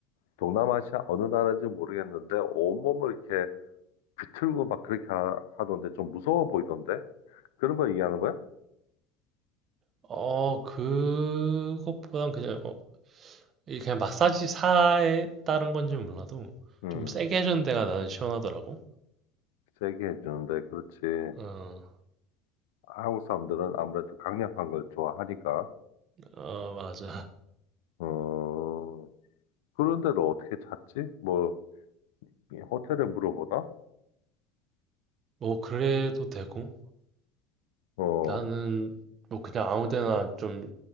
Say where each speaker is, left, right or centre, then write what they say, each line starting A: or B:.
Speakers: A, on the left; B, on the right.
A: 동남아시아 어느 나라인지 모르겠는데 온몸을 이렇게 비틀고 막 그렇게 하, 하던데 좀 무서워 보이던데? 그런 거 얘기하는 거야?
B: 어, 그것보단 그냥, 어, 이 그냥 마사지사에 따른 건지 몰라도
A: 음,
B: 좀 세게 해준 데가 나는 시원하더라고.
A: 세게 해주는데, 그렇지.
B: 어,
A: 한국 사람들은 아무래도 강력한 걸 좋아하니까.
B: 어, 맞아.
A: 어, 그런 데를 어떻게 찾지? 뭐, 이 호텔에 물어보나?
B: 뭐, 그래도 되고,
A: 어,
B: 나는 뭐 그냥 아무 데나 좀